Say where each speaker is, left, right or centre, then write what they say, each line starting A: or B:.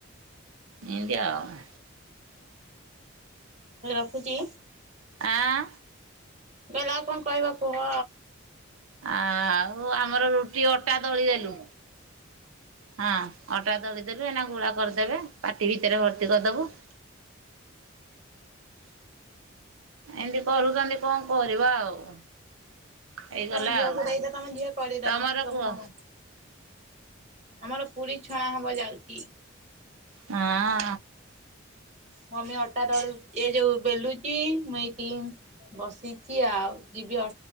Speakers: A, on the right; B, on the right.
A: ଏମତି ଆଉ।
B: ରଖୁଛି।
A: ଆଁ।
B: ଗଲା ଆଉ କଣ କହିବା କୁହ।
A: ଆ ଆଉ ଆମର ରୁଟି ଅଟା ଦଳିଦେଲୁ। ହଁ ଅଟା ଦଳିଦେଲୁ ଏନା ଗୁଳା କରିଦେବେ ପାଟି ଭିତରେ ଭର୍ତ୍ତି କରିଦବୁ। ଏମିତି କରୁଛନ୍ତି କଣ କରିବା ଆଉ। ହେଇଗଲା
B: ତମ ଝିଅକୁ
A: ଆଉ।
B: ଦେଇଦ ତମ ଝିଅ କରିଦବ
A: ତମର
B: ସବୁ
A: କୁହ
B: କାମ। ଆମର ପୁରୀ ଛଣା ହବ ଯାଉଛି।
A: ହଁ।
B: ମମି ଅଟା ଦଳୁ ଏ ଯୋଉ ବେଲୁଛି ମୁ ଏଇଠି। ବସଚି ଆଉ ଯିବି ଅ